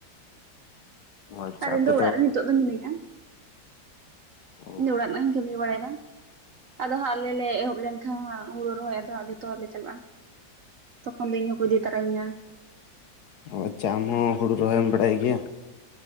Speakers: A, on the left; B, on the right.
A: ᱚ ᱟᱪᱪᱷᱟ
B: ᱟᱨ ᱤᱧ
A: ᱟᱯᱮ
B: ᱫᱚ ᱚᱲᱟᱜ ᱨᱮ ᱱᱤᱛᱚᱜ ᱫᱚ ᱢᱤᱱᱟᱹᱧᱟ᱾
A: ᱚ
B: ᱤᱧ ᱫᱚ ᱚᱲᱟᱜ ᱨᱮᱱᱟᱜ ᱤᱧ ᱠᱟᱹᱢᱤ ᱵᱟᱲᱟᱭ ᱫᱟ᱾ ᱟᱫᱚ ᱦᱟᱸᱜ ᱟᱞᱮ ᱞᱮ ᱮᱦᱚᱵ ᱞᱮᱱᱠᱷᱟᱱ ᱦᱟᱸᱜ ᱦᱩᱲᱩ ᱨᱚᱦᱚᱭ ᱟᱫᱚ ᱦᱟᱸᱜ ᱡᱚᱛᱚ ᱦᱚᱲᱞᱮ ᱪᱟᱞᱟᱜᱼᱟ ᱛᱚᱠᱷᱚᱱ ᱫᱚ ᱤᱧ ᱦᱚᱸ ᱠᱚ ᱤᱫᱤ ᱛᱚᱨᱟᱧ ᱧᱟᱹ
A: ᱚ ᱟᱪᱷᱢ ᱟᱢ ᱦᱚᱸ ᱦᱩᱲᱩ ᱨᱚᱦᱚᱭᱮᱢ ᱵᱟᱰᱟᱭ ᱜᱮᱭᱟ?